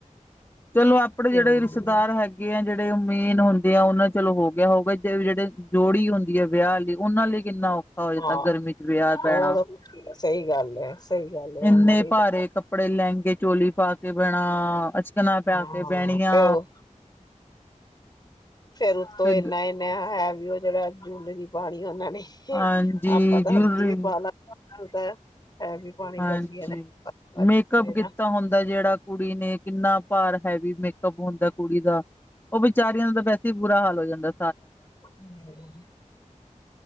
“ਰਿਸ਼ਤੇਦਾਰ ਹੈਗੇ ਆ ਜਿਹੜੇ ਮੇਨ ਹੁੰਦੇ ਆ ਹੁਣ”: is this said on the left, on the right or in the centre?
Left